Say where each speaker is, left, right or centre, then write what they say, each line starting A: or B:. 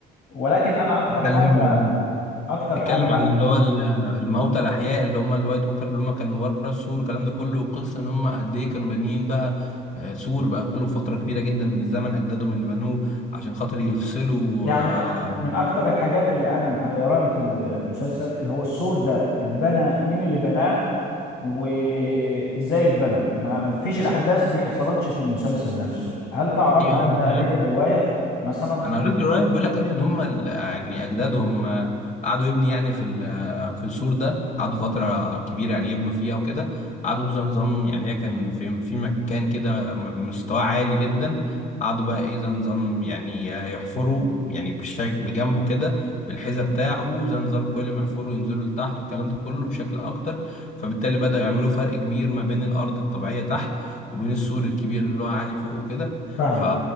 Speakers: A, on the left; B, on the left.
A: ولكن انا اكتر
B: تتكلم
A: حاجه اكتر
B: تتكلم
A: حاجه
B: عن اللي هو ال- الموتى الاحياء اللي هم الوايت ووكر اللي هم كانوا ورا السور والكلام ده كله والقصه ان هم قد ايه كانوا بانيين بقى آه، سور بقى له فتره كبيره جدا من الزمن اجدادهم اللي بنوه عشان خاطر يفصلوا
A: يعني
B: آه،
A: أك- من اكتر الحاجات اللي انا محيراني في المسلسل اللي هو السور ده اتبنى مين اللي بناه وازاي اتبنى ما فيش الاحداث دي حصلتش في المسلسل نفسه هل تعرفها
B: ايوه ايوه
A: انت قريت الروايه مثلا
B: انا قريت الروايه بيقول لك اي ان هم ال- يعني اجدادهم آه، قعدوا يبني يعني في ال- آه، في السور ده قعدوا فتره كبيره يعني يبنوا فيها وكده قعدوا زي نظام يعني هي كان في في مكان كده م- مستواه عالي جدا قعدوا بقى ايه زي نظام يعني يحفروا يعني بشكل بجنبه كده بالحذاء بتاعه زي نظام كل ما يحفروا ينزلوا لتحت والكلام ده كله بشكل اكتر فبالتالي بدأوا يعملوا فرق كبير ما بين الارض الطبيعيه تحت وبين السور الكبير اللي هو عالي فوق وكده
A: فاهمك
B: ف